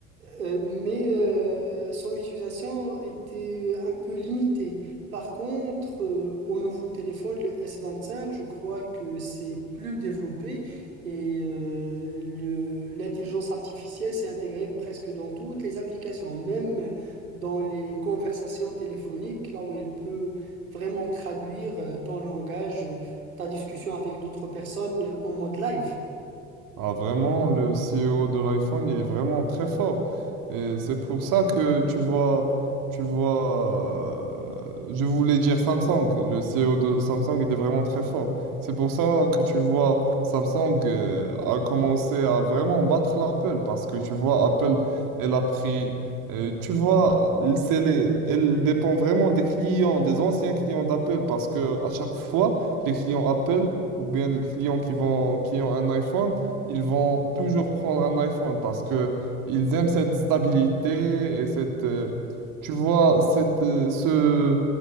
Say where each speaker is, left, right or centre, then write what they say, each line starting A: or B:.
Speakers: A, on the right; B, on the right.
A: Euh, mais euh, son utilisation était euh, un peu limitée. Par contre, euh, au nouveau téléphone, le s vingt cinq, je crois que c'est plus développé et euh, le- l'intelligence artificielle s'est intégrée presque dans toutes les applications, même dans les conversations téléphoniques, là où elle peut vraiment traduire euh, ton langage, euh, ta discussion avec d'autres personnes euh, en mode live.
B: Ah, vraiment, le CEO de l'iPhone, il est vraiment très fort. Et c'est pour ça que tu vois, tu vois, euh, je voulais dire Samsung. Le CEO de Samsung, il est vraiment très fort. C'est pour ça que tu vois, Samsung, euh, a commencé à vraiment battre l'Apple parce que tu vois, Apple, elle a pris, euh, tu vois, c'est les- elle dépend vraiment des clients, des anciens clients d'Apple parce que à chaque fois, les clients Apple ou bien les clients qui vont, qui ont un iPhone, ils vont toujours prendre un iPhone parce que ils aiment cette stabilité et cette, euh, tu vois, cette, euh, ce,